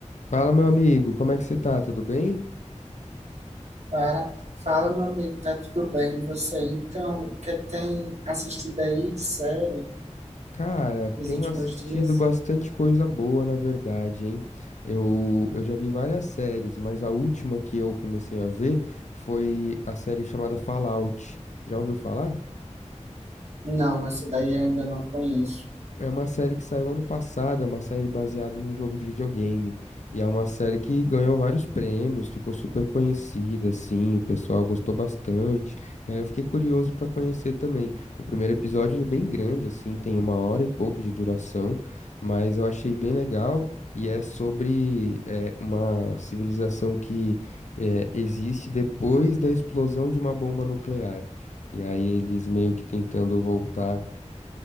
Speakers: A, on the left; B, on the right.
A: Fala, meu amigo, como é que você tá? Tudo bem?
B: Fala, fala, meu amigo, tá tudo bem? E você? Então, o que tem assistido aí de série
A: Cara,
B: nos
A: tenho
B: últimos
A: assistido
B: dias?
A: bastante coisa boa, na verdade, hein? Eu, eu já vi várias séries, mas a última que eu comecei a ver foi a série chamada Fallout. Já ouviu falar?
B: Não, essa daí eu ainda não conheço.
A: É uma série que saiu ano passado, é uma série baseada num jogo de videogame. E é uma série que ganhou vários prêmios, ficou super conhecida, assim, o pessoal gostou bastante. E aí eu fiquei curioso pra conhecer também. O primeiro episódio é bem grande, assim, tem uma hora e pouco de duração, mas eu achei bem legal. E é sobre é, uma civilização que é, existe depois da explosão de uma bomba nuclear. E aí eles meio que tentando voltar